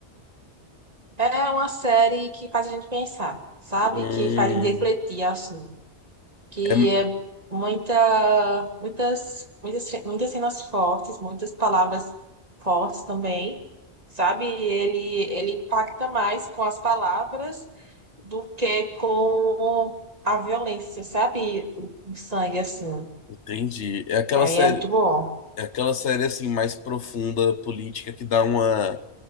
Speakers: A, on the right; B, on the left.
A: é uma série que faz a gente pensar, sabe?
B: Hum,
A: Que faz a gente refletir assim, que
B: é-
A: é muita, muitas, muitas, muitas cenas fortes, muitas palavras fortes também, sabe? Ele ele impacta mais com as palavras do que com a violência, sabe? O sangue assim.
B: entendi. É aquela
A: Aí
B: série,
A: é muito bom.
B: é aquela série assim mais profunda política que dá uma,